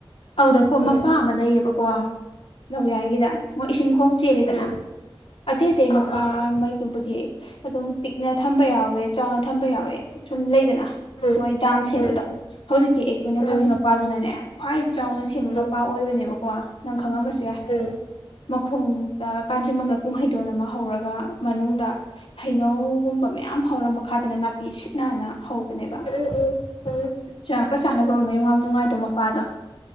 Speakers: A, on the left (about 70°); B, on the left (about 90°).
A: ꯑꯧꯗꯥꯀꯣ ꯃꯄꯥ
B: ꯎꯝ
A: ꯑꯃ ꯂꯩꯌꯦꯕ ꯋꯥ ꯂꯧꯌꯥꯏꯒꯤꯗ ꯃꯣꯏ ꯏꯁꯤꯡ ꯈꯣꯡ ꯆꯦꯜꯂꯤꯗꯅ
B: ꯎꯝ ꯎꯝ
A: ꯑꯇꯩ-ꯑꯇꯩ
B: ꯑꯥ
A: ꯃꯄꯥ
B: ꯑꯥ ꯑꯥ
A: ꯃꯩꯇꯨꯕꯨꯗꯤ ꯑꯁ ꯑꯗꯨꯝ ꯄꯤꯛꯅ ꯊꯝꯕ ꯌꯥꯎꯋꯦ ꯆꯥꯎꯅ ꯊꯝꯕ ꯌꯥꯎꯋꯦ ꯁꯨꯝ ꯂꯩꯗꯅ
B: ꯎꯝ
A: ꯃꯣꯏ ꯗꯥꯝ ꯁꯦꯝꯕꯗꯣ
B: ꯎꯝ
A: ꯍꯧꯖꯤꯛꯀꯤ ꯑꯩꯈꯣꯏꯅ
B: ꯎꯝ
A: ꯐꯝꯃꯤ ꯃꯄꯥꯗꯨꯅꯅꯦ ꯈ꯭ꯋꯥꯏ ꯆꯥꯎꯅ ꯁꯦꯝꯕ
B: ꯎꯝ
A: ꯃꯄꯥ ꯑꯣꯏꯕꯅꯦꯕꯀꯣ ꯅꯪ ꯈꯪꯉꯝꯕꯁꯨ ꯌꯥꯏ
B: ꯎꯝ ꯎꯝ
A: ꯃꯈꯣꯡꯗ ꯀꯥꯟꯖꯤꯟꯕꯝꯗ ꯄꯨꯡꯍꯩꯗꯣꯟ ꯑꯃ ꯍꯧꯔꯒ ꯃꯅꯨꯡꯗ ꯍꯩꯅꯧꯒꯨꯝꯕ ꯃꯌꯥꯝ ꯍꯧꯔꯥ ꯃꯈꯥꯗꯅ ꯅꯥꯄꯤ ꯁꯤꯠ ꯅꯥꯟꯅ ꯍꯧꯕꯅꯦꯕ
B: ꯎꯝ ꯎꯝ ꯎꯝ ꯎꯝ
A: ꯆꯥꯛꯀ ꯆꯥꯟꯅꯕ ꯃꯌꯨꯡ ꯌꯥꯝ ꯅꯨꯡꯉꯥꯏꯗꯧ ꯃꯄꯥꯗꯣ